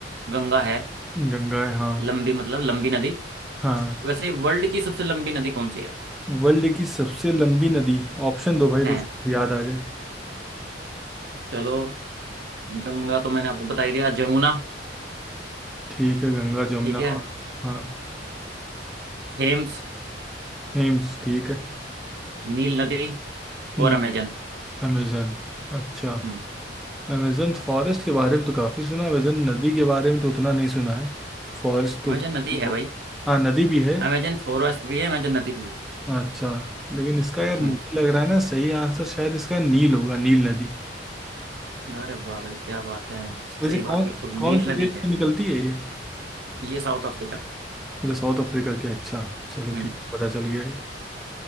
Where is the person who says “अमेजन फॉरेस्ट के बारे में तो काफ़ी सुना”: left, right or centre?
Centre